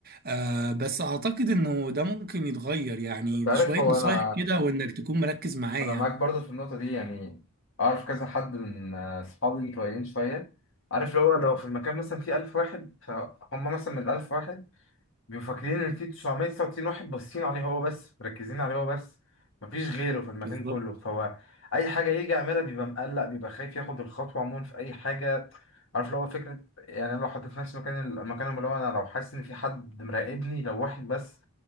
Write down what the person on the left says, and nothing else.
انت
عارف هو
انا
انا معاك برضه في النقطه دي يعني اعرف كذا حد من آه، اصحابي متوقعين شويه عارف لو لو في المكان مثلا فيه 1000 واحد فهم مثلا من ال 1000 واحد بيبقوا فاكرين ان فيه 999 واحد باصين عليه هو بس مركزين عليه هو بس مفيش غيره في المكان
كله فهو اي حاجه يجي يعملها بيبقى مقلق بيبقى خايف ياخد الخطوه عموما في اي حاجه عارف لو هو فكره يعني أنا لو حطيت نفسي مكان المكان اللي هو انا لو حاسس ان في حد مراقبني لو واحد بس